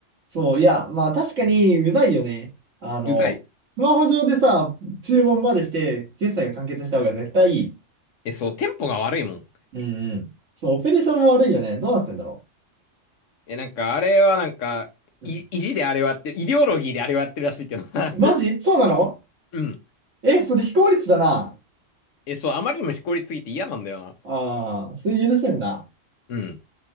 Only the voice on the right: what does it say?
そう、いや、まあ確かにうざいよね。あの、
スマホ上でさ、注文までして、決済が完結した方が絶対いい。
うんうん。そう、オペレーションも悪いよね。どうなってんだろ
う。
うん。
マジそうなの
え、それ非効率だな。
ああ、それ許せんな。